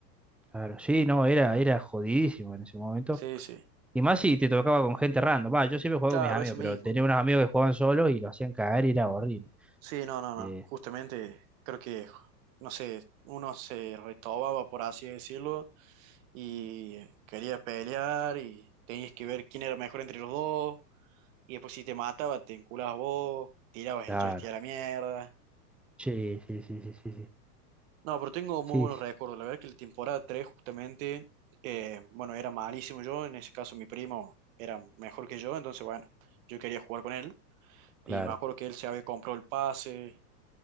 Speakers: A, in the centre; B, on the right.
A: claro. Sí, no, era, era jodidísimo en ese momento.
B: Sí, sí,
A: Y más si te tocaba con gente random. Va, yo siempre juego
B: claro,
A: con mis amigos,
B: eso mismo.
A: pero tenía unos amigos que jugaban solos y lo hacían cagar y era horrible.
B: Sí, no, no, no,
A: Eh,
B: justamente creo que, no sé, uno se retobaba, por así decirlo, y quería pelear y tenías que ver quién era mejor entre los dos, y después si te mataba, te enculabas vos, tirabas
A: claro.
B: el joystick a la mierda.
A: Sí, sí, sí, sí, sí, sí.
B: No, pero tengo muy
A: Sí,
B: buenos
A: sí,
B: recuerdos. La verdad que la temporada 3 justamente, eh, bueno, era malísimo yo, en ese caso mi primo era mejor que yo, entonces bueno, yo quería jugar con él
A: claro.
B: y me acuerdo que él se había comprado el pase